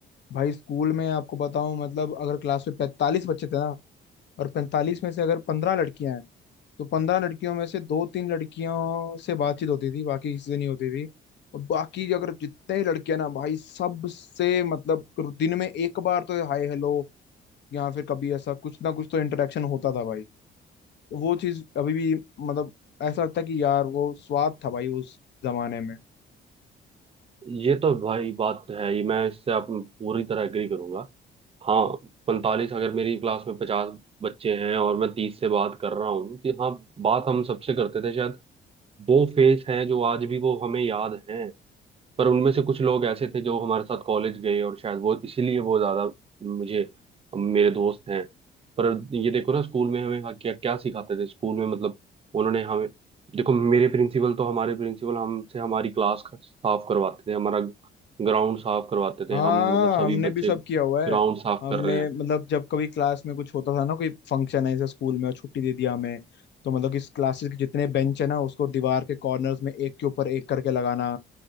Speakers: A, on the left; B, on the right.
A: भाई स्कूल में आपको बताऊं मतलब अगर क्लास में पैंतालीस बच्चे थे ना और पैंतालीस में से अगर पंद्रह लड़कियां हैं तो पंद्रह लड़कियों में से दो तीन लड़कियों से बातचीत होती थी बाकी किसी से नहीं होती थी और बाकी अगर जितने ही लड़कियां ना भाई सबसे मतलब दिन में एक बार तो हाय हेलो या फिर कभी ऐसा कुछ ना कुछ तो इंटरेक्शन होता था भाई वो चीज अभी भी मतलब ऐसा लगता है कि यार वो स्वाद था भाई उस जमाने में
B: ये तो भाई बात तो है ये मैं इससे आप पूरी तरह एग्री करूंगा हाँ पैंतालीस अगर मेरी क्लास में पचास बच्चे हैं और मैं तीस से बात कर रहा हूँ तो हाँ बात हम सबसे करते थे शायद वो फेस हैं जो आज भी वो हमें याद हैं पर उनमें से कुछ लोग ऐसे थे जो हमारे साथ कॉलेज गए और शायद वो इसीलिए वो ज्यादा मुझे मेरे दोस्त हैं पर ये देखो ना स्कूल में हमें क्या क्या सिखाते थे स्कूल में मतलब उन्होंने हमें देखो मेरे प्रिंसिपल तो हमारे प्रिंसिपल हमसे हमारी क्लास साफ करवाते थे हमारा ग्राउंड साफ करवाते थे
A: हाँ
B: हम मतलब सभी
A: हमने
B: बच्चे
A: भी सब किया हुआ
B: ग्राउंड
A: है
B: साफ
A: हमने
B: कर रहे हैं
A: मतलब जब कभी क्लास में कुछ होता था ना कोई फंक्शन है जैसे स्कूल में और छुट्टी दे दिया हमें तो मतलब इस क्लासेस के जितने बेंच है ना उसको दीवार के कॉर्नर्स में एक के ऊपर एक करके लगाना